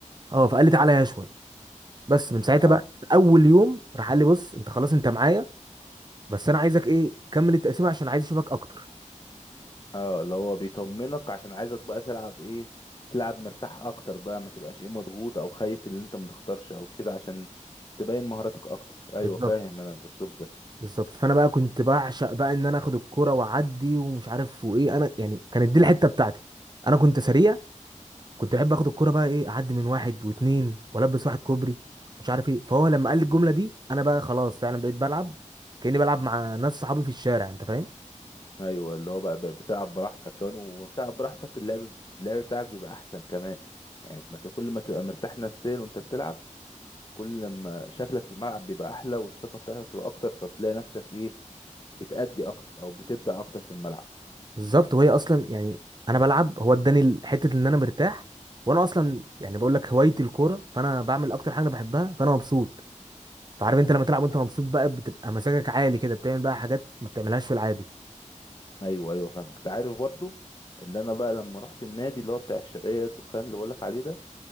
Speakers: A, on the right; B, on the left.
A: اه فقال لي تعالى يا اشول بس من ساعتها
B: اه
A: بقى اول يوم راح قال لي بص انت خلاص انت معايا بس انا عايزك ايه كمل التقسيمه عشان عايز اشوفك اكتر
B: اه اللي هو بيطمنك عشان عايزك بقى تلعب ايه تلعب مرتاح اكتر بقى ما تبقاش ايه مضغوط او خايف اللي انت ما تختارش او كده عشان تبين مهاراتك اكتر ايوه
A: بالظبط
B: فاهم انا الاسلوب ده
A: بالظبط فانا بقى كنت بعشق بقى ان انا اخد الكرة واعدي ومش عارف وايه انا يعني كانت دي الحته بتاعتي انا كنت سريع كنت بحب اخد الكوره بقى ايه اعدي من واحد واتنين والبس واحد كوبري مش عارف ايه فهو لما قال لي الجمله دي انا بقى خلاص فعلا بقيت بلعب كاني بلعب مع ناس صحابي في الشارع انت فاهم
B: ايوه اللي هو بقى بقى بتلعب براحتك كمان وبتلعب براحتك اللعب اللعب بتاعك بيبقى احسن كمان يعني ما ت- كل ما تبقى مرتاح نفسيا وانت بتلعب كل ما شكلك في الملعب بيبقى احلى والثقه بتاعتك بتبقى اكتر فبتلاقي نفسك ايه بتأدي اكتر او بتبدع اكتر في الملعب
A: بالظبط وهي اصلا يعني انا بلعب هو اداني ال- حته ان انا مرتاح وانا اصلا يعني بقول لك هوايتي الكوره فانا بعمل اكتر حاجه انا بحبها فانا مبسوط فعارف انت لما تلعب وانت مبسوط بقى بتبقى مزاجك عالي كده بتعمل بقى حاجات ما بتعملهاش في العادي
B: ايوه ايوه فاهمك انت عارف برضو اللي انا بقى لما رحت النادي اللي هو بتاع الشرقيه الدخان اللي بقولك عليه ده